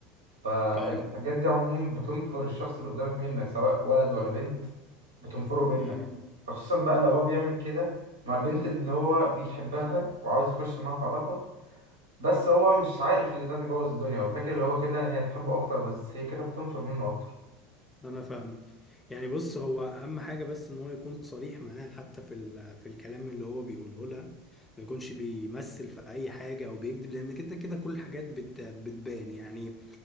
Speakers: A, on the right (about 85°); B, on the left (about 15°).
A: فالحاجات
B: فاهمك
A: دي عموما بتنفر الشخص اللي قدامك منك سواء ولد ولا بنت بتنفره منك
B: مم.
A: فخصوصا بقى لو هو بيعمل كده مع البنت اللي هو بيحبها وعاوز يخش معاها في علاقة بس هو مش عارف اللي ده بيبوظ الدنيا هو فاكر اللي هو كده هي تحبه أكتر بس هي كده بتنفر منه أكتر
B: انا فاهمك يعني بص هو اهم حاجه بس ان هو يكون صريح معاها حتى في ال- في الكلام اللي هو بيقوله لها ما يكونش بيمثل في اي حاجه او بيكذب لان كده كده كل الحاجات بت بتبان يعني